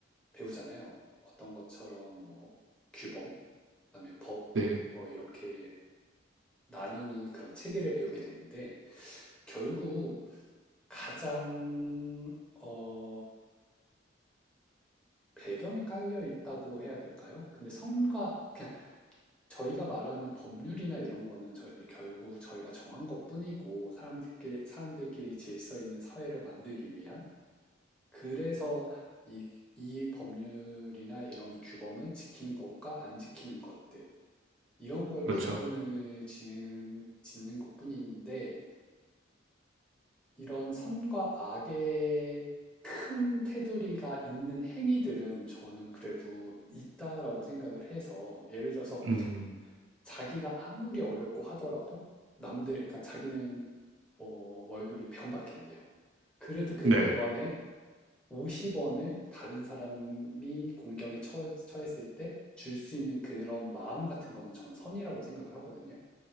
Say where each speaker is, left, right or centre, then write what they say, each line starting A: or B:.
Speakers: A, in the centre; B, on the right.
A: 배우잖아요. 어떤 것처럼 뭐 규범, 그다음에 법,
B: 네,
A: 뭐 이렇게 나누는 그런 체계를 배우게 되는데 결국 가장 어, 배경에 깔려 있다고 해야 될까요? 근데 선과 그냥 저희가 말하는 법률이나 이런 거는 저희 결국 저희가 정한 것뿐이고 사람들끼리 사람들끼리 질서 있는 사회를 만들기 위한 그래서 이, 이 법률이나 이런 규범을 지키는 것과 안 지키는 것들 이런 걸
B: 그렇죠.
A: 구분을 지은- 짓는 것뿐인데 이런 선과 악의 큰 테두리가 있는 행위들은 저는 그래도 있다라고 생각을 해서 예를 들어서
B: 음,
A: 자기가 아무리 어렵고 하더라도 남들, 그러니까 자기는 뭐 월급이 100원밖에 안 돼요. 그래도 그
B: 네.
A: 100원에 50원을 다른 사람이 공경에 처, 처했을 때 줄 수 있는 그런 마음 같은 거는 전 선이라고 생각을 하거든요.